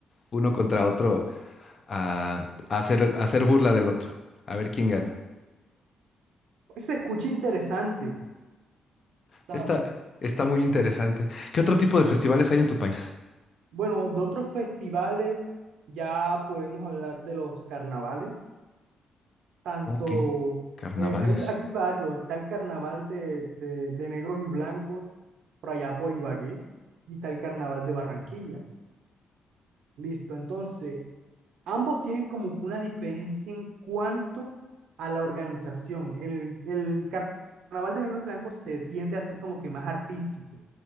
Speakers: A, on the left; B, on the right.
A: Uno contra otro a, a hacer, a hacer burla del otro. A ver quién gana.
B: Se escucha interesante, ¿sabes?
A: Sí, Está, está muy interesante. ¿Qué otro tipo de festivales hay en tu país?
B: Bueno, de otros festivales ya podemos hablar de los carnavales. tanto,
A: Ok, carnavales.
B: eh, hay aquí varios, está el carnaval de, de, de negros y blancos por allá por Ibagué y está el carnaval de Barranquilla. Listo, entonces, ambos tienen como que una diferencia en cuanto a la organización. El, el car- carnaval de negros y blancos se tiende a ser como que más artístico,